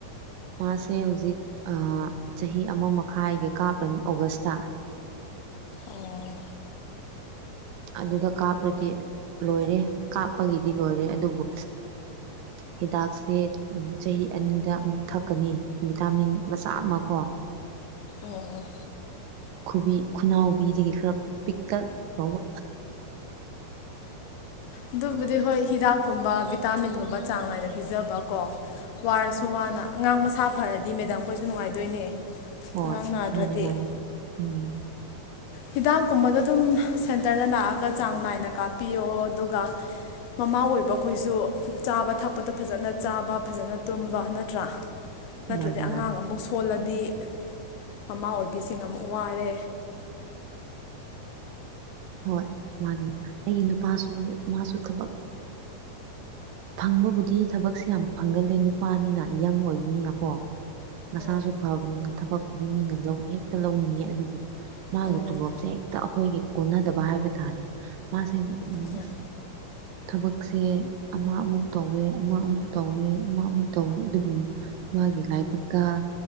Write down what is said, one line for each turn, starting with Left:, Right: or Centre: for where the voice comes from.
Right: ꯃꯥꯁꯦ ꯍꯧꯖꯤꯛ ꯆꯍꯤ ꯑꯃ ꯃꯈꯥꯏꯒꯤ ꯀꯥꯞꯂꯅꯤ ꯑꯣꯒꯁꯇ
Left: ꯑꯣ
Right: ꯑꯗꯨꯗ ꯀꯥꯞꯄꯗꯤ ꯂꯣꯏꯔꯦ ꯀꯥꯞꯄꯒꯤꯗꯤ ꯂꯣꯏꯔꯦ ꯑꯗꯨꯕꯨ ꯍꯤꯗꯥꯛꯁꯦ ꯆꯍꯤ ꯑꯅꯤꯗ ꯑꯃꯨꯛ ꯊꯛꯀꯅꯤ ꯚꯤꯇꯥꯃꯤꯟ ꯃꯆꯥ ꯑꯃ ꯀꯣ
Left: ꯑꯣ
Right: ꯈꯨꯕꯤ ꯈꯨꯅꯥꯎꯕꯤꯗꯒꯤ ꯈꯔ ꯄꯤꯛꯇꯛ ꯇꯧꯕ
Left: ꯑꯗꯨꯕꯨꯗꯤ ꯍꯣꯏ ꯍꯤꯗꯥꯛꯀꯨꯝꯕ ꯚꯤꯇꯥꯃꯤꯟꯒꯨꯝꯕ ꯆꯥꯡ ꯅꯥꯏꯅ ꯄꯤꯖꯕꯀꯣ ꯋꯥꯔꯁꯨ ꯋꯥꯅ ꯑꯉꯥꯡ ꯃꯁꯥ ꯐꯔꯗꯤ ꯃꯦꯗꯥꯝꯈꯣꯏꯁꯨ ꯅꯨꯡꯉꯥꯏꯗꯣꯏꯅꯦ
Right: ꯍꯣꯏ
Left: ꯑꯉꯥꯡ ꯅꯥꯗ꯭ꯔꯗꯤ
Right: ꯃꯥꯅꯤ ꯃꯥꯅꯤ ꯎꯝ
Left: ꯍꯤꯗꯥꯛꯀꯨꯝꯕꯗ ꯑꯗꯨꯝ ꯁꯦꯟꯇꯔꯗ ꯂꯥꯛꯑꯒ ꯆꯥꯡ ꯅꯥꯏꯅ ꯀꯥꯞꯄꯤꯌꯣ ꯑꯗꯨꯒ ꯃꯃꯥ ꯑꯣꯏꯕ ꯑꯩꯈꯣꯏꯁꯨ ꯆꯥꯕ ꯊꯛꯄꯗꯣ ꯐꯖꯅ ꯆꯥꯕ ꯐꯖꯅ ꯇꯨꯝꯕ ꯅꯠꯇ꯭ꯔꯥ ꯅꯠꯇ꯭ꯔꯗꯤ
Right: ꯃꯥꯅꯤ ꯃꯥꯅꯤ
Left: ꯑꯉꯥꯡ ꯑꯃꯨꯛ ꯁꯣꯜꯂꯗꯤ ꯗꯤ ꯃꯃꯥ ꯑꯣꯏꯕꯤꯁꯤꯡ ꯑꯃꯨꯛ ꯋꯥꯔꯦ
Right: ꯍꯣꯏ ꯃꯥꯅꯦ ꯑꯩꯒꯤ ꯅꯨꯄꯥꯁꯨ ꯃꯥꯁꯨ ꯊꯕꯛ ꯐꯪꯕꯕꯨꯗꯤ ꯊꯕꯛꯁꯦ ꯌꯥꯝ ꯐꯪꯒꯜꯂꯦ ꯅꯨꯄꯥꯅꯤꯅ ꯌꯪ ꯑꯣꯏꯕꯅꯤꯅꯀꯣ ꯃꯁꯥꯁꯨ
Left: ꯑꯣ
Right: ꯐꯕꯅꯤꯅ ꯊꯕꯛ ꯍꯥꯏꯗꯤ ꯃꯤꯅ ꯂꯧ ꯍꯦꯛꯇ ꯂꯧꯅꯤꯡꯉꯦ ꯑꯗꯨꯕꯨ ꯃꯥꯒꯤ
Left: ꯑꯣ
Right: ꯇꯣꯂꯣꯞꯁꯦ ꯍꯦꯛꯇ ꯑꯩꯈꯣꯏꯒꯤ ꯀꯣꯟꯅꯗꯕ ꯍꯥꯏꯕ ꯇꯥꯔꯦ ꯃꯥꯁ ꯎꯝ
Left: ꯑꯣ ꯑꯣ
Right: ꯊꯕꯛꯁꯦ ꯑꯃ ꯑꯃꯨꯛ ꯇꯧꯋꯦ ꯑꯃ ꯑꯃꯨꯛ ꯇꯧꯋꯦ ꯑꯃ ꯑꯃꯨꯛ ꯇꯧꯋꯦ ꯑꯗꯨꯕꯨ ꯃꯥꯒꯤ ꯂꯥꯏꯕꯛꯇ